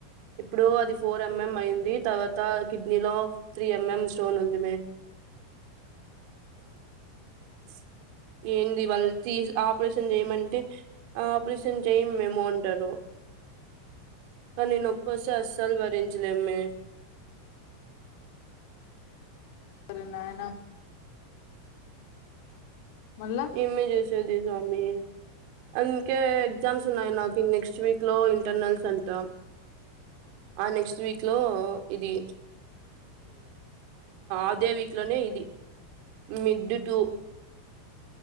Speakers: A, on the right; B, on the left.
A: ఇప్పుడు అది ఫోర్ ఎంఎం అయింది తర్వాత కిడ్ నిలో త్రీ ఎంఎం స్టోన్ ఉంది మే <inaudible> ఏంది వాళ్ళు తీస్ ఆపరేషన్ చేయ్యమంటే, ఆపరేషన్ చేయమ్ మేము అంటారు కాని నొప్పొస్తె అస్సల్ భరించలేమ్ మే <inaudible>
B: ఒరి నాయన మళ్ళా
A: ఏమి చూసేది స్వామి అందుకే ఎగ్జామ్స్ ఉన్నాయ్ నాక్ ఇ నెక్స్ట్ వీక్ లో ఇంటర్నల్స్ అంటా ఆ నెక్స్ట్ వీక్ లో ఇది అదే వీక్ లోనే ఇది, మిడ్ టూ